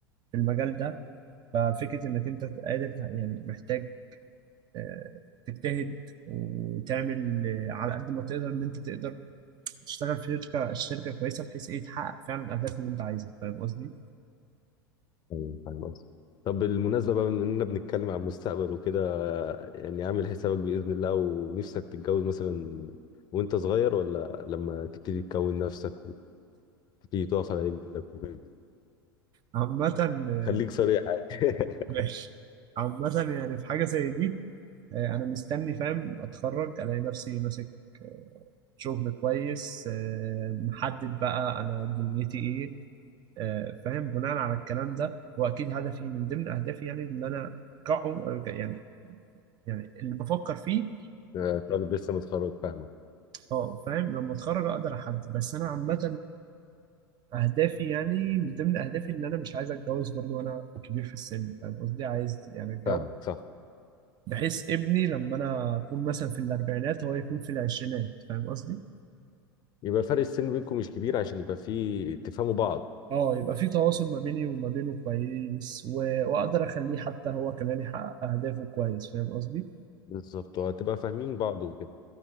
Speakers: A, on the right (about 35°); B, on the left (about 35°).
A: في المجال ده ففكرة انك انت قادر ت- يعني محتاج آه، تجتهد وتعمل آه، على قد ما تقدر ان انت تقدر تشتغل في شركه شركه كويسه بحيث ايه تحقق فعلا الاهداف اللي انت عايزها فاهم قصدي؟
B: أيوة، فاهم قصدي. طب بالمناسبة بقى من إننا بنتكلم عن المستقبل وكده يعني عامل حسابك بإذن الله ونفسك تتجوز مثلا وأنت صغير ولا لما تبتدي تكون نفسك في تقف على رجلك وكده.
A: عامة <laughs>
B: خليك صريح يعني <laughs>
A: ماشي عامة يعني في حاجة زي دي آه، أنا مستني فاهم أتخرج ألاقي نفسي ماسك شغل كويس آه، محدد بقى أنا دنيتي إيه آه، فاهم بناء على الكلام ده وأكيد هدفي من ضمن أهدافي يعني اللي أنا أحققه آه، يعني يعني اللي بفكر فيه
B: آه، طالب لسه متخرج فاهمك
A: اه فاهم لما اتخرج اقدر احدد بس انا عامه اهدافي يعني من ضمن اهدافي ان انا مش عايز اتجوز برضو وانا كبير في السن فاهم قصدي عايز يعني اتجوز
B: فاهمك صح
A: بحيث ابني لما انا اكون مثلا في الاربعينات هو يكون في العشرينات فاهم قصدي
B: يبقى فرق السن بينكم مش كبير عشان يبقى في تفهموا بعض
A: اه يبقى في تواصل ما بيني وما بينه كويس و... واقدر اخليه حتى هو كمان يحقق اهدافه كويس فاهم قصدي
B: بالظبط وهتبقى فاهمين بعض وكده